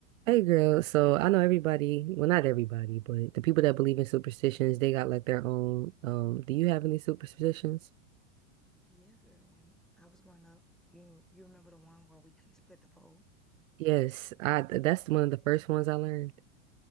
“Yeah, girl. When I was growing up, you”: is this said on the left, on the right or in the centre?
Centre